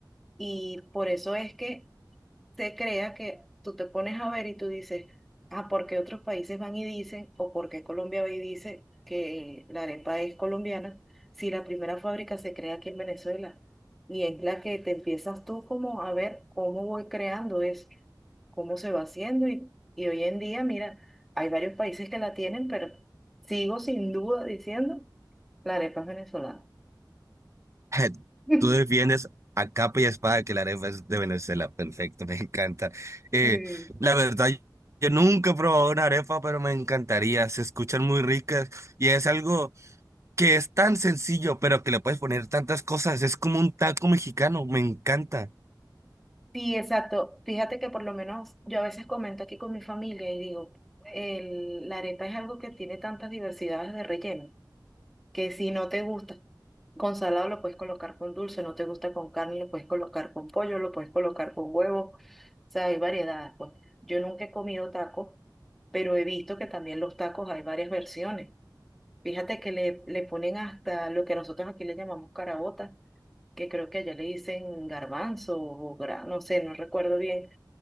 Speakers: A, in the centre; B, on the right.
A: y por eso es que se crea que tú te pones a ver y tú dices, ah, ¿por qué otros países van y dicen, o por qué Colombia va y dice que la arepa es colombiana, si la primera fábrica se crea aquí en Venezuela? Y es la que te empiezas tú como a ver cómo voy creando eso, cómo se va haciendo. Y, y hoy en día, mira, hay varios países que la tienen, pero sigo sin duda diciendo, la arepa es venezolana.
B: <laughs>
A: <laughs>
B: Tú defiendes a capa y espada que la arepa es de Venezuela, perfecto, <laughs> me encanta. Eh,
A: Sí.
B: la verdad, yo nunca he probado una arepa, pero me encantaría, se escuchan muy ricas y es algo... que es tan sencillo, pero que le puedes poner tantas cosas. Es como un taco mexicano, me encanta.
A: Sí, exacto. Fíjate que por lo menos yo a veces comento aquí con mi familia y digo, el- la arepa es algo que tiene tantas diversidades de relleno, que si no te gusta con salado lo puedes colocar con dulce, no te gusta con carne lo puedes colocar con pollo, lo puedes colocar con huevo, o sea, hay variedades, pues. Yo nunca he comido tacos, pero he visto que también los tacos hay varias versiones. Fíjate que le, le ponen hasta lo que nosotros aquí le llamamos carabota, que creo que allá le dicen garbanzo o gra- no sé, no recuerdo bien